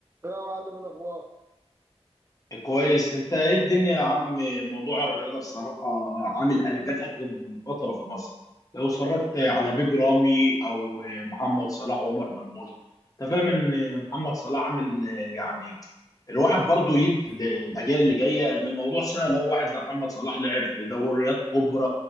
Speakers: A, on the right (about 25°); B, on the left (about 30°).
A: إيه يا معلم الاخبار
B: كويس انت ايه الدنيا يا عم موضوع الرياضه بصراحه عامل قلبان اخر فتره في مصر لو اتفرجت على بيج رامي او محمد صلاح وعمر مرموش انت فاهم ان محمد صلاح عامل يعني الواحد برضو يدي الاجيال اللي جايه ان الموضوع سهل هو واحد زي محمد صلاح لعب في دوريات كبرى